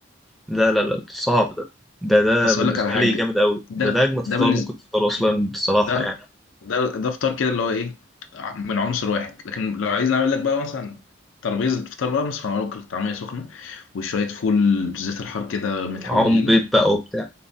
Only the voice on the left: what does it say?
بس
اقول لك على حاجة
ده
ده بالنسبة
ده
ده ده فطار كده اللي هو ايه من عنصر واحد لكن لو عايز نعمل لك بقى مثلا ترابيزة فطار بقى بس هنعمل لك طعمية سخنة وشوية فول زيت الحار كده متحوجين